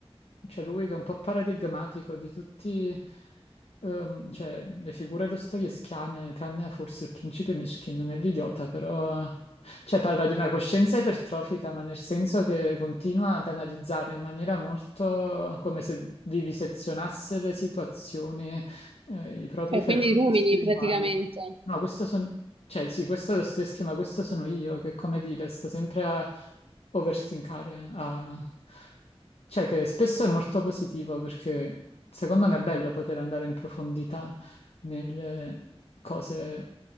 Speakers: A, on the left; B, on the right.
A: c'è lui che è un po' paradigmatico di tutti ehm, cioè, le figure dostoevskiane, tranne forse il principe Mishkin nell'idiota, però cioè, parla di una coscienza ipertrofica, ma nel senso che continua ad analizzare in maniera molto come se vivisezionasse le situazioni eh, i propri
B: cioè,
A: fenomeni
B: quindi i rumini
A: spirituali.
B: praticamente.
A: No, questo sono, cioè sì, questo è lo stesso schema, questo sono io che, come dire, sto sempre a overthinkare, a... cioè che spesso è molto positivo perché secondo me è bello poter andare in profondità nelle cose